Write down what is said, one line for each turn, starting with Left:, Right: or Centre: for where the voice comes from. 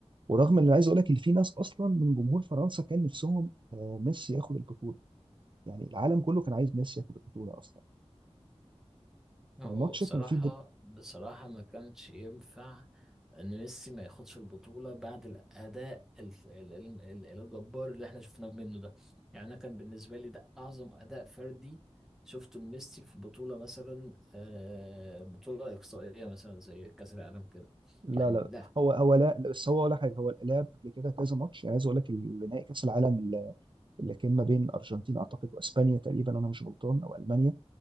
Right: ورغم ان أنا عايز اقول لك ان في ناس اصلا من جمهور فرنسا كان نفسهم آه، ميسي ياخد البطوله يعني العالم كله كان عايز ميسي ياخد البطوله اصلا
Centre: هو
Right: فالماتش
Centre: بصراحة
Right: كان فيه دب...
Centre: بصراحة ما كانش ينفع إن ميسي ما ياخدش البطولة بعد الأداء الف- ال- ال- ال- الجبار اللي إحنا شفناه منه ده يعني أنا كان بالنسبة لي ده أعظم أداء فردي شفته لميسي في بطولة مثلا آه، بطولة إقصائية مثلا زي كأس العالم كده
Right: لا
Centre: يعني
Right: لا
Centre: لا
Right: هو هو لا لا، بس هو ولا حاجه هو لعب قبل كده كذا ماتش يعني عايز اقول لك ال- نهائي كاس العالم اللي اللي كان ما بين ارجنتين اعتقد واسبانيا تقريبا انا مش غلطان او المانيا